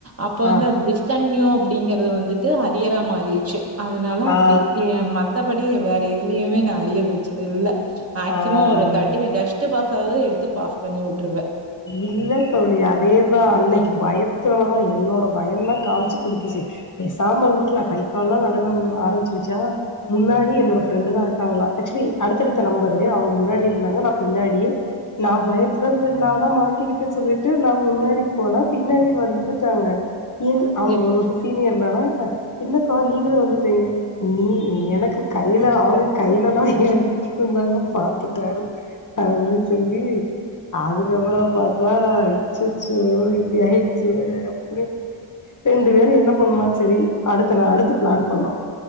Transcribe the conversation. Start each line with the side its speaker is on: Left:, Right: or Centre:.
Right: அப்ப வந்து
Left: ஆ
Right: அது டிஸ்கண்ட்ன்யு அப்டிங்கறது வந்துட்டு அரியரா மாறிருச்சு அதனால அப்டி
Left: ஆ
Right: ஏ மத்தப டி வேற எதுலயுமே நா அரியர் வச்சது இல்ல மேக்சிமோ
Left: ஆ
Right: ஒரு தர்ட்டி ஜஸ்ட்டு பாஸ் ஆவது எடுத்து பாஸ் பண்ணி விட்ருவே
Left: இல்ல தோழி அதே அதா அன்னைக்கி பயத்துலதா என்னோட பயந்தா காமிச்சு குடுத்துச்சு பேசாம இருந்துருக்கலா கை கால் எல்லா நடுங்க ஆரம்பிச்சிருச்சா முன்னாடி என்னோட ஃப்ரெண்டுதா இருக்காங்களா ஆக்சுவலி அடுத்தடுத்த நம்பரு அவங்க முன்னாடி இருந்தாங்க நா பின்னாடி நா பயத்தில இருக்கறே நா நா மாட்டிக்கிட்டே சொல்லிட்டு நா முன்னாடி போனா பின்னாடி வந்துட்டாங்க இன் அவங்க
Right: சரி.
Left: ஒரு சீனியர் இருந்தாங்ளா என்னக்கா நீங்களு வந்துட்டீங்க நீ எனக்கு கைல அவங்க கைலல்லா எழுதி இருந்தாங்களா பாத்துட்டாரு அப்டினு சொல்லி அது க்கப்றோ பாத்தா அச்சச்சோ இப்டி ஆயிடுச்சே அப்டினு ரெண்டு பேரு என்ன பண்லா செரி அடுத்த நா அடுத்து பிளான் பண்ணோ